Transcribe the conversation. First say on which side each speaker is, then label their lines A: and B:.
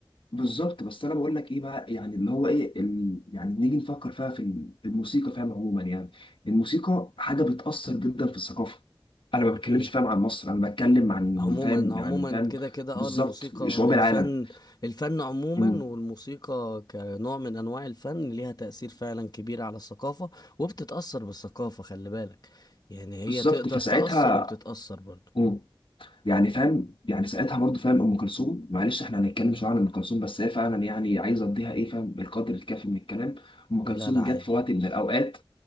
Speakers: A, on the left; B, on the left.
A: بالظبط بس انا بقول لك ايه بقى يعني اللي هو ايه ال... يعني نيجي نفكر فيها في ال- في الموسيقى فاهم عموما يعني الموسيقى حاجه بتاثر جدا في الثقافه انا ما بتكلمش
B: اكيد
A: فاهم عن مصر انا بتكلم عن
B: عموما
A: فاهم
B: عموما
A: يعني فاهم
B: كده كده اه
A: بالظبط
B: الموسيقى
A: شعوب
B: الفن
A: العالم
B: الفن عموما
A: مم.
B: والموسيقى كنوع من انواع الفن ليها تأثير فعلا كبير على الثقافة وبتتأثر بالثقافة خلي بالك يعني هي
A: بالظبط
B: تقدر
A: فساعتها
B: تأثر وبتتأثر برضه
A: مم. يعني فاهم يعني ساعتها برضه فاهم ام كلثوم معلش احنا هنتكلم شويه عن ام كلثوم بس هي فعلا يعني عايزه اديها ايه فاهم القدر الكافي من الكلام ام كلثوم
B: لا لا عادي
A: جت في وقت من الاوقات